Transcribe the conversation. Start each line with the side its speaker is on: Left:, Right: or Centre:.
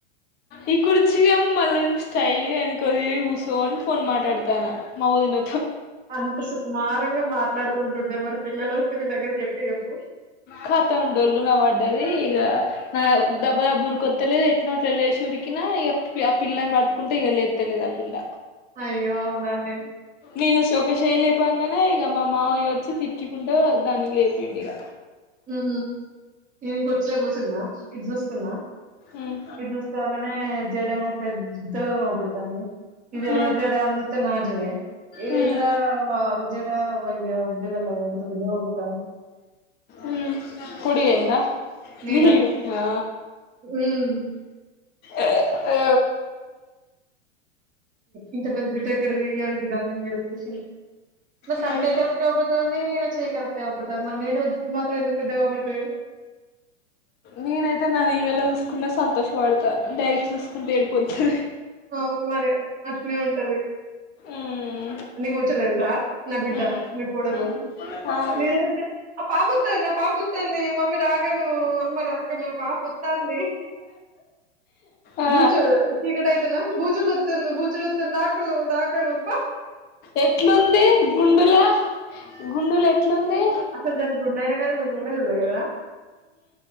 Left: ఈ కుర్చీ గేమో మల్ల నెను స్టైల్ గా వెనక దిరిగి కూసోని ఫోన్ మాట్లాడతన మా వదిన
Right: అంత సుకుమారంగా మాట్లాడుకుంటుండే మరి పిల్లలు వస్తే నీ దగ్గర ఎట్ట చెప్
Left: కాాత ఉండళ్ళు నవ అడ్డది ఇగ నా దబ్బా బుర్ కొత్తలేదు ఎట్నోట్ల వెళ్ళ చూరికినా ఇక ఆ పిల్లని పట్టుకుంటే ఇక లేత్తలేదు ఆ పిల్ల
Right: అయ్యో అవునానే
Left: నేను శోక ఒక చేయి లేపా కనే ఇక మావయ్య వచ్చి తిట్టుుకుంటూ దాన్ని లేపిడు ఇక
Right: హు హు ఏం కుర్చీలో కూసున్న ఇది చూసుకున్నా
Left: ఉమ్
Right: ఇది చూసుకోగానే జడ మో పెద్దగాబడుతుంది ఇది ఎవరి
Left: ఉమ్
Right: జడ అని చూస్తే నా జడే ఏంద్ర
Left: ఉమ్
Right: వ జడ వయ్య జడల వంతు కొద్ది వంగుతంది
Left: ఉమ్ పొడిగయింద
Right: నీడ
Left: నీడు ఆ
Right: హ్మ్
Left: అ అ
Right: ఇంత పెద్ద జుట్టు అయితే ఎక్కడది అనుకున్నాను ఇడచూసీ నా
Left: ఉమ్
Right: తలకాయ్ కరేకట్ గ ఉపుతుంది. నేని నచ్చిని కరెక్ట్ డతు మన న జి మాత్ర ఎందుకు పెద్ద కాబట్టరి
Left: నేనైతే న నీడలో చూసుకున్నా సంతోషపడతా డైరెక్ట్స్ చూసుకుంటూ ఏడిపో ఛ్చు
Right: అవున్ మరి అట్నే ఉంటది
Left: ఉమ్
Right: ఎందుకు వచ్చాడో తెలుసా నా బిడ్డ
Left: ఉమ్
Right: నీ కోడలు
Left: ఆ
Right: మీరు ఆ పాప త్తాందినా పాపత్తాన్ని మమ్మీ జాగను మరోట్ అంటే మీ పాప వత్తాంది
Left: ఆ
Right: బూచో టికట అయి బూచలుతు బూచలుత్ంద హకంద హాకనప్ప
Left: ఎట్లుంది గుడులో గుండు లో ఎట్లుంది
Right: అసలు దాని గుండైనా కానీ నువ్వు చూడనే చూడలే గదా!